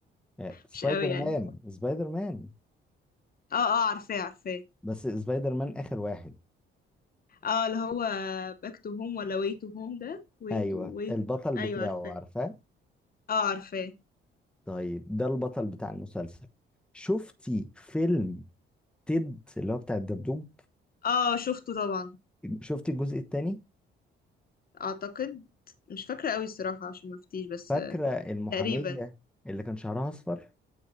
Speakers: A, in the centre; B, on the left.
A: آه سبايدر
B: مش قوي
A: مان
B: يعني
A: سبايدر مان
B: اه اه عارفاه عارفاه
A: بس سبايدر مان اخر واحد
B: اه اللي هو باك تو هوم ولا واي تو هوم ده واي
A: ايوه
B: تو واي
A: البطل
B: ايوه
A: بتاعه
B: عارفاه
A: عارفاه
B: اه عارفاه
A: طيب ده البطل بتاع المسلسل شفتي فيلم تيد اللي هو بتاع الدبدوب
B: اه شفته طبعا
A: شفتي الجزء الثاني
B: اعتقد مش فاكره قوي الصراحه عشان ما افتيش بس
A: فاكره
B: آه،
A: المحاميه
B: تقريبا
A: اللي كان شعرها اصفر